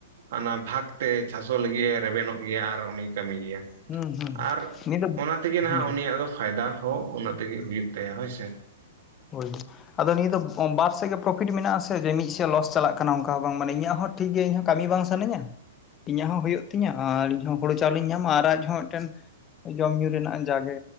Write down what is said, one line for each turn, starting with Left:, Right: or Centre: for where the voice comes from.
Right: ᱚᱱᱟ ᱵᱷᱟᱜᱽ ᱛᱮ᱾ ᱪᱟᱥᱚᱜ ᱞᱟᱹᱜᱤᱫ ᱮ ᱨᱮᱵᱮᱱᱚᱜ ᱜᱮᱭᱟ ᱟᱨ ᱩᱱᱤ ᱠᱟᱹᱢᱤ ᱜᱮᱭᱟ᱾
Left: ᱦᱩᱸ ᱦᱩᱸ
Right: ᱟᱨ
Left: ᱱᱤᱭᱟᱹ ᱫᱚ
Right: ᱚᱱᱟ ᱛᱮᱜᱮ ᱱᱟᱦᱟᱸᱜ
Left: ᱦᱩᱸ
Right: ᱩᱱᱤᱭᱟᱜ ᱫᱚ ᱯᱷᱟᱭᱫᱟ ᱦᱚᱸ ᱚᱱᱟ ᱛᱮᱜᱮ ᱦᱩᱭᱩᱜ ᱛᱟᱭᱟ ᱦᱳᱭ ᱥᱮ᱾
Left: ᱦᱳᱭ ᱟᱫᱚ ᱱᱤᱭᱟᱹ ᱫᱚ ᱵᱟᱨ ᱥᱮᱫ ᱜᱮ ᱯᱨᱚᱯᱷᱤᱴ ᱢᱮᱱᱟᱜ-ᱟ ᱥᱮ, ᱡᱮ ᱢᱤᱫ ᱥᱮᱫ ᱞᱚᱥ ᱪᱟᱞᱟᱜ ᱠᱟᱱᱟ ᱚᱱᱠᱟ ᱵᱟᱝ, ᱢᱟᱱᱮ ᱤᱧᱟᱹᱜ ᱦᱚᱸ ᱴᱷᱤᱠ ᱜᱮᱭᱟ ᱤᱧᱦᱚᱸ ᱠᱟᱹᱢᱤ ᱵᱟᱝ ᱥᱟᱱᱟᱧᱟ। ᱤᱧᱟᱹᱜ ᱦᱚᱸ ᱦᱩᱭᱩᱜ ᱛᱤᱧᱟ, ᱟᱨ ᱤᱧ ᱦᱚᱸ ᱦᱳᱲᱩ ᱪᱟᱣᱞᱮᱧ ᱧᱟᱢᱟ, ᱟᱨ ᱟᱡ ᱦᱚᱸ ᱢᱤᱫᱴᱮᱱ ᱡᱚᱢ ᱧᱩ ᱨᱮᱱᱟᱜ ᱡᱟᱜᱮ